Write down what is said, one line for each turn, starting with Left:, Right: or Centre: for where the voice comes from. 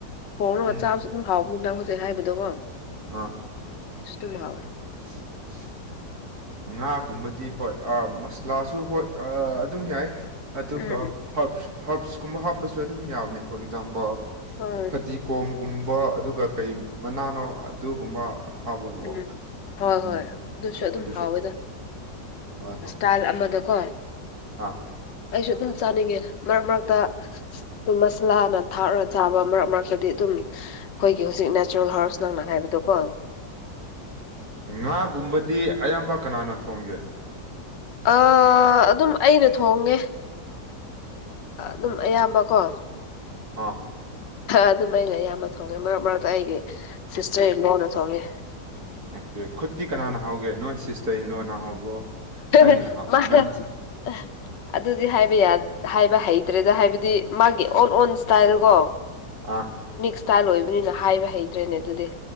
Left: ꯍꯣꯡꯅꯒ
Right: ꯎꯝ
Left: ꯆꯥꯕꯁꯨ ꯑꯗꯨꯝ ꯍꯥꯎ ꯅꯨꯡꯗꯥꯡ ꯍꯧꯖꯤꯛ ꯍꯥꯏꯕꯗꯣꯀꯣ
Right: ꯑꯥ
Left: ꯁ ꯇ ꯂꯂꯥꯎꯋꯠ
Right: <unintelligible> ꯉꯥꯒꯨꯝꯕꯗꯤ ꯍꯣꯏꯥ ꯃꯁꯂꯥꯁꯨ ꯍꯣꯏ ꯑꯗꯨꯝ ꯌꯥꯏ ꯑꯗꯨꯒ
Left: ꯎꯝ
Right: ꯍꯞꯁ ꯍꯞꯁꯀꯨꯝꯕ ꯍꯥꯞꯄꯁꯨ ꯑꯗꯨꯝ ꯌꯥꯕꯅꯦ ꯐꯣꯔ ꯑꯦꯛꯖꯥꯝꯄꯜ
Left: ꯍ
Right: ꯐꯗꯤ ꯀꯣꯝꯒꯨꯝꯕ ꯑꯗꯨꯒ ꯀꯩ ꯃꯅꯥꯅꯣ ꯑꯗꯨꯒꯨꯝꯕ ꯍꯥꯞꯄꯒꯀꯣ
Left: ꯎꯝ ꯍꯣꯏ
Right: ꯎꯝ
Left: ꯍꯣꯏ ꯑꯗꯨꯁꯨ ꯑꯗꯨꯝ
Right: ꯑꯗꯨꯁꯨ
Left: ꯍꯥꯎꯋꯦꯗ
Right: ꯍꯣꯏ ꯍꯣꯏ
Left: <unintelligible> ꯑꯃꯗꯀꯣ
Right: ꯑꯥ
Left: ꯑꯩꯁꯨ ꯑꯗꯨꯝ ꯆꯥꯅꯤꯡꯉꯦ ꯃꯔꯛ ꯃꯔꯛꯇ <unintelligible> ꯂꯥꯅ ꯊꯥꯛꯔ ꯆꯥꯕ ꯃꯔꯛ ꯃꯔꯛꯇꯗꯤ ꯑꯗꯨꯝ ꯑꯩꯈꯣꯏꯒꯤ ꯍꯧꯖꯤꯛ ꯅꯦꯆꯔꯦꯜ ꯍꯥꯔꯕꯁ ꯅꯪꯅ ꯍꯥꯏꯕꯗꯣ ꯀꯣ
Right: ꯉꯥꯒꯨꯝꯕꯗꯤ ꯑꯌꯥꯝꯕ ꯀꯅꯥꯅ ꯊꯣꯡꯒꯦ
Left: ꯑ ꯑꯗꯨꯝ ꯑꯩꯅ ꯊꯣꯡꯉꯦ ꯑꯗꯨꯝ ꯑꯌꯥꯝꯕꯀꯣ
Right: ꯑꯥ
Left: ꯑꯗꯨꯝ ꯑꯩꯅ ꯑꯌꯥꯝꯕ ꯊꯣꯡꯉꯦ ꯃꯔꯛ ꯃꯔꯛꯇ ꯑꯩꯒꯤ ꯁꯤꯁꯇꯔ ꯏꯟ ꯂꯣꯅ ꯊꯣꯡꯉꯦ
Right: ꯑꯣꯀꯦ ꯈꯨꯠꯇꯤ ꯀꯅꯅꯥ ꯍꯥꯎꯒꯦ ꯅꯣꯏ ꯁꯤꯁꯇ ꯏꯟꯂꯣꯅ ꯍꯥꯎꯕ꯭ꯔꯣ
Left: <unintelligible>
Right: ꯅꯪꯒꯤꯅ ꯍꯥꯎ ꯅꯪ ꯅꯁꯥ
Left: ꯑꯗꯨꯗꯤ ꯍꯥꯏꯕ ꯌꯥ ꯍꯥꯏꯕ ꯍꯩꯇ꯭ꯔꯦꯗ ꯍꯥꯏꯕꯗꯤ ꯃꯥꯒꯤ ꯑꯣꯟ ꯑꯣꯟ ꯁꯇꯥꯏꯜꯀꯣ
Right: ꯑ
Left: ꯌꯨꯅꯤꯛ ꯏꯁ꯭ꯇꯥꯏꯜ ꯑꯣꯏꯕꯅꯤꯅ ꯍꯥꯏꯕ ꯍꯩꯇ꯭ꯔꯦꯅꯦ ꯑꯗꯨꯗꯤ